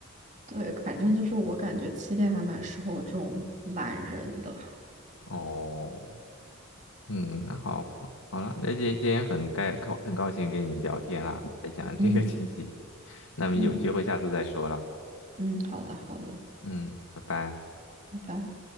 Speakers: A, on the right; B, on the left.
A: 对，反正就是我感觉气垫还蛮适合我这种懒人的。
B: 哦，嗯，那好好好了，那今天今天很该高很高兴跟你聊天啦，分享这个信息，
A: 嗯
B: 那么有机会下次再说了，
A: 嗯嗯，好的好的，
B: 嗯，拜拜。
A: 拜拜。